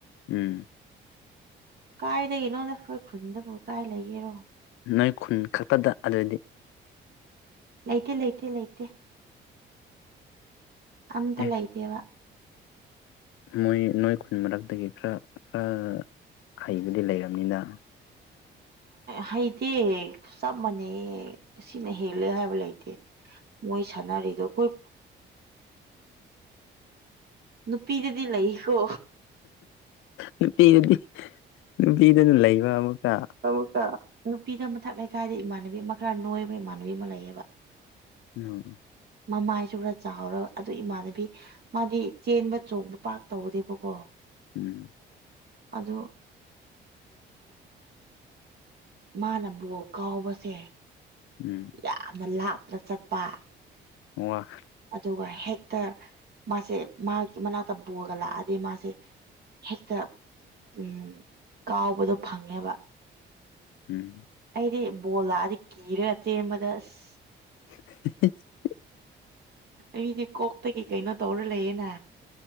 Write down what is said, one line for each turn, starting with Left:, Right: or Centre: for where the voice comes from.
Left: ꯎꯝ
Right: ꯀꯥꯏꯗꯒꯤꯅꯣ ꯅ ꯑꯩꯈꯣꯏ ꯈꯨꯟꯗꯕꯨ ꯀꯥꯏ ꯂꯩꯒꯦꯔꯣ
Left: ꯅꯣꯏ ꯈꯨꯟ ꯈꯛꯇꯗ ꯑꯗꯨꯗꯤ
Right: ꯂꯩꯇꯦ ꯂꯩꯇꯦ ꯂꯩꯇꯦ ꯑꯝꯇ
Left: ꯑꯦ
Right: ꯂꯩꯇꯦꯕ
Left: ꯃꯣꯏ ꯅꯣꯏ ꯈꯨꯟ ꯃꯔꯛꯇꯒꯤ ꯈꯔ ꯈꯔ ꯍꯩꯕꯗꯤ ꯂꯩꯔꯕꯅꯤꯅ
Right: ꯍꯩꯇꯦ ꯆꯞ ꯃꯥꯟꯅꯩ ꯁꯤꯅ ꯍꯦꯜꯂꯦ ꯍꯥꯏꯕ ꯂꯩꯇꯦ ꯃꯣꯏ ꯁꯥꯟꯅꯔꯤꯗ ꯀꯣꯏ ꯅꯨꯄꯤꯗꯗꯤ ꯂꯩꯀꯣ
Left: ꯅꯨꯄꯤꯗꯗꯤ ꯅꯨꯄꯤꯗꯅ ꯂꯩꯕ ꯑꯃꯨꯛꯀ
Right: ꯑꯃꯨꯛꯇ <unintelligible> ꯅꯨꯄꯤꯗ ꯃꯊꯛ ꯂꯩꯀꯥꯏꯗ ꯏꯃꯥꯟꯅꯕꯤ ꯑꯃ ꯈꯔ ꯅꯣꯏꯕ ꯏꯃꯥꯟꯅꯕꯤ ꯑꯃ ꯂꯩꯌꯦꯕ
Left: ꯎꯝ
Right: ꯃꯃꯥꯏꯁꯨ ꯈꯔ ꯆꯥꯎꯔꯒ ꯑꯗꯨ ꯏꯃꯥꯟꯅꯕꯤ ꯃꯥꯗꯤ ꯆꯦꯟꯕ ꯆꯣꯡꯕ ꯄꯥꯛ ꯇꯧꯗꯦꯕꯀꯣ
Left: ꯎꯝ
Right: ꯑꯗꯣ ꯃꯥꯅ ꯕꯣꯜ ꯀꯥꯎꯕꯁꯦ
Left: ꯎꯝ
Right: ꯌꯥꯝꯅ ꯂꯥꯞꯅ ꯆꯠꯄ
Left: ꯍꯣꯏ
Right: ꯑꯗꯨꯒ ꯍꯦꯛꯇ ꯃꯥꯁꯦ ꯃꯥꯒꯤ ꯃꯅꯥꯛꯇ ꯕꯣꯜ ꯂꯥꯛꯑꯗꯤ ꯃꯥꯁꯦ ꯍꯦꯛꯇ ꯎꯝ ꯀꯥꯎꯕꯗꯣ ꯐꯪꯉꯦꯕ
Left: ꯎꯝ
Right: ꯑꯩꯗꯤ ꯕꯣꯜ ꯂꯥꯛꯑꯗꯤ ꯀꯤꯔꯒ ꯆꯦꯝꯕꯗ ꯑꯁ
Left: <unintelligible>
Right: ꯑꯩꯗꯤ ꯀꯣꯛꯇꯒꯤ ꯀꯩꯅꯣ ꯇꯧꯔ ꯂꯩꯌꯦꯅ